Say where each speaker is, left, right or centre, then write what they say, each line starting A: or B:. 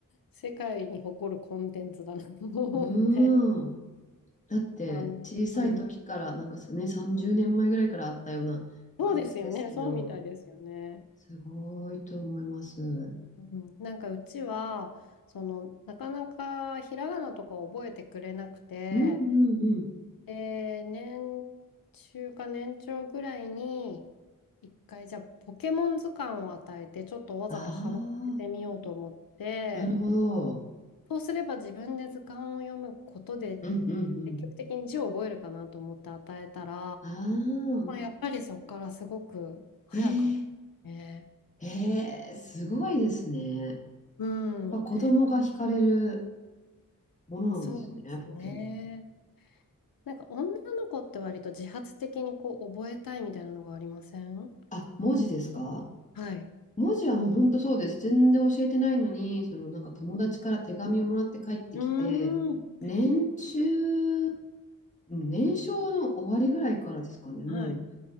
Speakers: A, on the left (about 90°); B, on the left (about 20°).
A: 世界に誇るコンテンツだなと思って。
B: <laughs> うーん。だって小さい時から、
A: <laughs> あの、うん。
B: なんかね、30年前ぐらいからあったような感じですけど、
A: そうですよね、そうみたいですよね。
B: すごいと思います。うん
A: うん、なんかうちは、その、なかなかひらがなとか覚えてくれなくて、
B: うんうん。
A: えー年中か年長ぐらいに、一回じゃあポケモン図鑑を与えて、ちょっとわざとハマっててみようと思って、
B: ああ、なるほど。
A: そうすれば自分で図鑑を読むことで、
B: うんうんうん。
A: 積極的に字を覚えるかなと思って与えたら、
B: ああ、
A: まあ、やっぱりそこからすごく早かった
B: えー、
A: ね。
B: えー、すごいですね。
A: うん、
B: やっぱ子供が惹かれるものなんですね、
A: そうですね。
B: ポケモン。
A: なんか女の子って割と自発的にこう覚えたいみたいなのがありません
B: あ、文字ですか
A: はい。
B: 文字はもう本当そうです。全然教えてないのに、そのなんか友達から手紙をもらって帰ってきて、
A: うーん。
B: 年中、うん年少の終わりぐらいからですかね、もう。
A: はい。